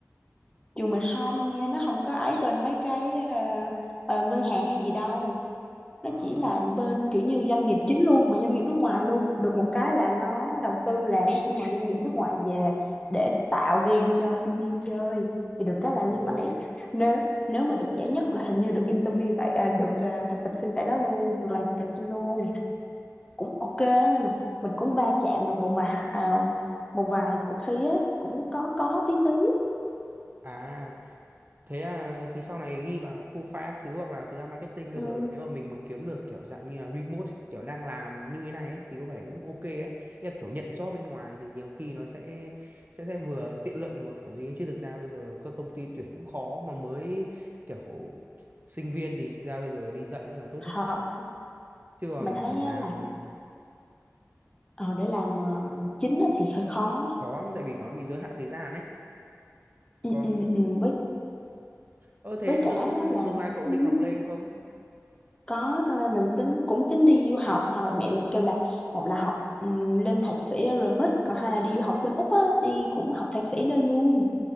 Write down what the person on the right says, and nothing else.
à,
ồ
à thế là thì sau này ghi vào profile các thứ hoặc là thực ra marketing bây
giờ nếu mà mình mà kiếm được kiểu dạng như là remote ấy, kiểu đang làm như thế này ấy, thì có vẻ cũng ok ấy Ý là kiểu nhận job bên ngoài thì nhiều khi nó sẽ sẽ sẽ vừa tiện lợi mà kiểu gì ấy. chứ thực ra bây giờ các công ty tuyển cũng khó mà mới kiểu sinh viên thì thực ra bây giờ đi dạy vẫn là tốt nhất
chứ còn
để làm
khó lắm tại vì nó bị giới hạn thời gian ấy
còn
ơ thế
tương
tương lai cậu
định học lên không